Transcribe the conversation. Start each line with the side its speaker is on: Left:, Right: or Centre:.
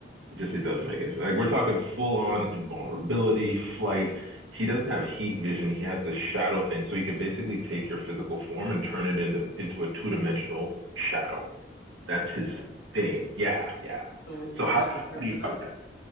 Right: It just it doesn't make any sense. Like we're talking full on invulnerability, flight. He doesn't have heat vision. He has this shadow thing, so he can basically take your physical form and turn it into into a two dimensional shadow.
Left: What
Right: That's his
Left: the?
Right: thing. Yeah, yeah.
Left: So
Right: So
Left: does
Right: how
Left: he
Right: how
Left: have a kryptonite?
Right: do you fight that?